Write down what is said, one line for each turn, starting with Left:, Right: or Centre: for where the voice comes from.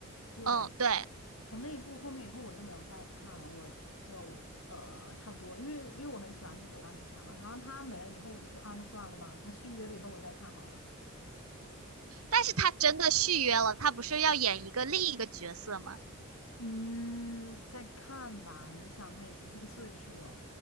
Left: 对，
Right: 嗯，对，
Left: 从那一部后面以后我就没有再看了，我就呃差不多，因为因为我很喜欢那个钢铁侠嘛，然后他没了以后我就说啊，那算了吧，他续约了以后我再看好了。
Right: 但是他真的续约了，他不是要演一个另一个角色吗？
Left: 嗯，再看吧。你想，他也是这个岁数了，